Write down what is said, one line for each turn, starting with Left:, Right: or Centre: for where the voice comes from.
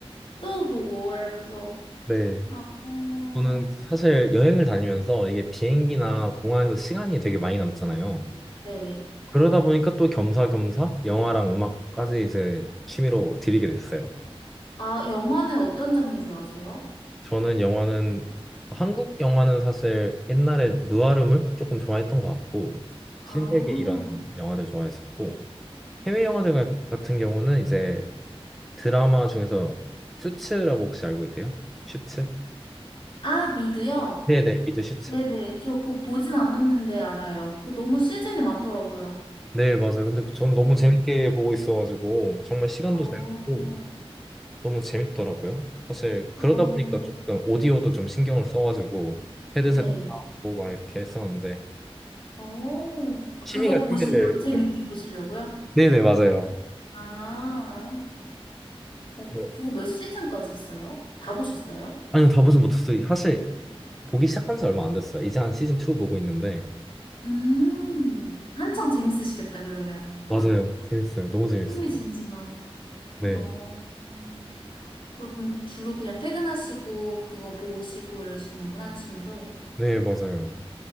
Left: 번또 보고 이러면서.
Centre: 네.
Left: 아, 어.
Centre: 저는 사실 여행을 다니면서 이게 비행기나 공항에서 시간이 되게 많이 남잖아요.
Left: 네.
Centre: 그러다 보니까 또 겸사겸사 영화랑 음악까지 이제 취미로 들이게 됐어요.
Left: 아, 영화는 어떤 장르 좋아하세요?
Centre: 저는 영화는 한국 영화는 사실 옛날에 느와르물 조금 좋아했던 것 같고
Left: 아,
Centre: 신세계 이런 영화들 좋아했었고
Left: 네.
Centre: 해외 영화들 가- 같은 경우는 이제 드라마 중에서 슈츠라고 혹시 알고 계세요? 슈츠?
Left: 아, 미드요?
Centre: 네네 미드 슈츠.
Left: 네네. 저 그거 보진 않았는데 알아요. 그 너무 시즌이 많더라고요.
Centre: 네 맞아요. 근데 전 너무
Left: 저,
Centre: 재밌게 보고 있어가지고 정말 시간도
Left: 어,
Centre: 잘 가고 너무 재밌더라고요. 사실 그러다
Left: 어,
Centre: 보니까 조금 오디오도 좀 신경을 써가지고 헤드셋도
Left: 네.
Centre: 사고 막 이렇게 했었는데
Left: 어,
Centre: 취미가
Left: 그거 보시려고,
Centre: 취미를
Left: 재밌게
Centre: 이제 막-
Left: 보시려고요?
Centre: 네네 맞아요.
Left: 아, 어,
Centre: 어,
Left: 그거 몇 시즌까지 있어요? 다 보셨어요?
Centre: 아니요 다 보진 못했어요. 사실 보기 시작한 지 얼마 안 됐어요. 이제 한 시즌 2 보고 있는데
Left: 음, 한창 재밌으시겠다, 그러면. 막,
Centre: 맞아요. 재밌어요. 너무 재밌어요.
Left: 흥미진진한.
Centre: 네.
Left: 어, 음. 그럼 주로 그냥 퇴근하시고, 그거 보시고 이러시는구나, 취미로.
Centre: 네 맞아요.